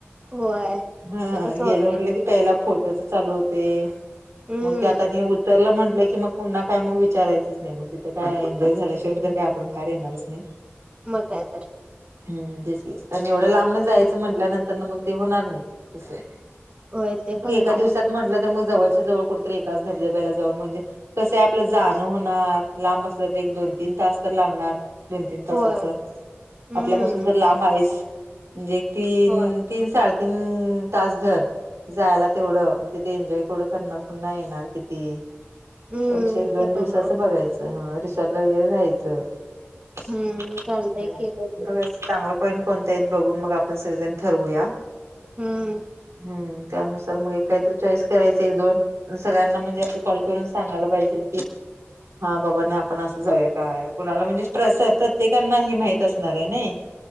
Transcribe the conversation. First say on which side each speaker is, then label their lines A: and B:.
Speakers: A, on the right; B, on the right.
A: होय
B: हा
A: ते तसं
B: गेलं
A: होतय
B: म्हणलं क. प फोटो चालू होते
A: हम्म
B: मग आ. उत्तरला म्हटलं की मग पुन्हा काय मग विचारायचंच नाही मग तिथे काय एन्जॉय झाल्याशिवायर काय आपण बाहेर येणारच नाही. <inaudible>
A: मगयता.
B: हम्म तेच ग कारण एवढं लांबणं जायचं म्हटल्यानंतर ना मग ते होणार नाही तसं.
A: होय ते
B: बर
A: पण
B: एका
A: हाय
B: दिवसात म्हटलं तर मग जवळच्या जवळ कुठतरी एकाच धबधब्याला जाऊन म्हणजे. कसं आपलं जाणं होणार लांब असलं तर एक दोन तीन तास तर लागणार. दोन तीन तासाच
A: होय
B: आपल्यापासून
A: हम्म
B: तर लांब आहेस म्हणजे तीन.
A: होय
B: तीन साडेतीन तास धर. जायला तेवढं मग तिथे एन्जॉय केवढं करणार पुन्हा येणार किती.
A: हम्म
B: त्यापेक्षा एक दोन
A: ते
B: दिवसाचं
A: पण हाय
B: बघायचं. रिसॉर्ट ला वगरे राहायचं. <unintelligible>
A: हम्म चालतय
B: बघच
A: की
B: चांगलं पॉईंट कोणत आहेत बघून मग आपण सगळेजण ठरवूया.
A: हम्म
B: हम्म. त्यानुसार मग एक काहीत चॉईस करायच एक दोन. सगळ्यांना म्हणजे असं कॉल करून सांगायला पाहिजे की. हा बाबा नाही आपण असं जाऊया काय कुणाला म्हणजे स्ट्रेस आहे प्रत्येकांना हे माहित असणार आहे ना.